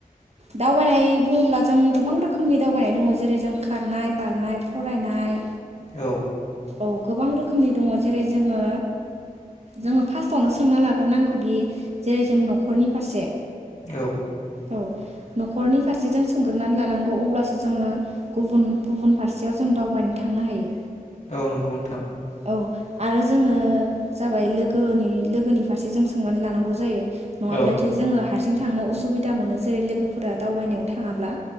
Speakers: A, on the right; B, on the left.
A: दावबायनाय बुङोब्ला जों गोबां रोखोमनि दावबायनाय दङ जेरै जों खारनाय, बारनाय, फरायनाय
B: औ
A: औ गोबां रोखोमनि दङ जेरै जोङो जोङो फार्स्टआवनो सोंना लाग्रोनांगौदि जे जों नखरनि फारसे
B: औ
A: औ नखरनि फारसे जों सोंग्रोनानै लानांगौ अब्लासो जोङो गुबुन गुबुन फारसेयाव जों दावबायनो थांनो हायो
B: औ नंगौ नोंथां
A: औ आरो जोङो जाबाय लोगोनि लोगोनि फारसे जों सोंनानै लानांगौ जायो नङाब्लाथ
B: औ
A: जोङो हारसिं थांनो असुबिदा मोनो जेरै लोगोफोरा दावबायनायाव थाङोब्ला